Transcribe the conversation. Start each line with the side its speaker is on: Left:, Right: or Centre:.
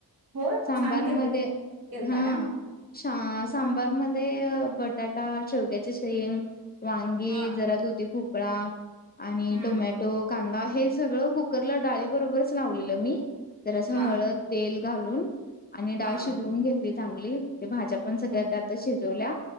Right: होय
Left: सांबार
Right: छान केलतीस
Left: मध्ये
Right: केलता
Left: हां
Right: काय
Left: शा सांबार मध्ये बट बटाटा, शेवग्याची शेंग, वांगी
Right: हा
Left: जरा दुधी भोपळा आणि
Right: हम्म
Left: टोमॅटो कांदा हे सगळं कुकरला डाळी बरोबरच लावलेलं मी तर असं
Right: हा
Left: हळद तेल घालून आणि डाळ
Right: हा
Left: शिजवून घेतली चांगली. ते भाज्या पण सगळ्या
Right: हम्म
Left: त्यातच शिजवल्या